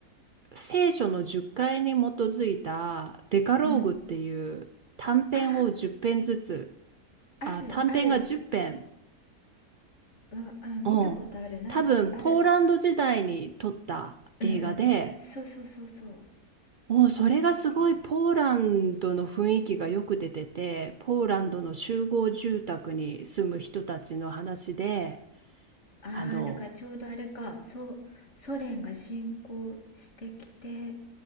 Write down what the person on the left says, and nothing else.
うんうんあーあるある
わがあ見たことあるなんだっけある
うんうんそうそうそうそうな
んだっけ
ああ、
だからちょうどあれか、そう、ソ連が侵攻してきて、